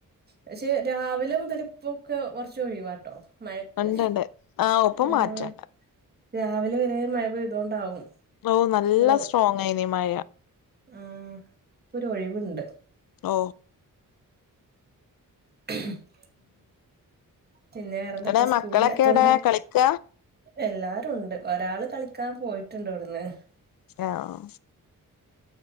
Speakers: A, on the right (about 30°); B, on the left (about 80°).
A: പക്ഷെ രാവിലെ മുതലിപ്പൊൊക്കെ കുറച്ച് ഒഴിവാട്ടോ മഴക്ക്
B: ഉണ്ട്ണ്ട് ആഹ് ഒപ്പം
A: ഉം
B: മാറ്റണ്ട
A: രാവിലെ വരെ മഴ പെയ്തോണ്ടാവും
B: ഓ നല്ല
A: ഒരു
B: സ്ട്രോങ്‌ ആയിരുന്നു ഈ മഴ
A: ആ ഹ്ഇപ്പ ഒരു ഒഴിവുണ്ട്
B: ഓ
A: <inaudible> പിന്നെ വേറെന്തൊക്കെയാ
B: എവിടെ
A: സ്കൂളില്ലാത്തോണ്ട്
B: മക്കളൊക്കെ എവിടെ കളിക്ക
A: എല്ലാരും ഉണ്ട് ഒരാള് കളിക്കാൻ പോയിട്ടുണ്ട് ഇവിടുന്ന്
B: ആഹ്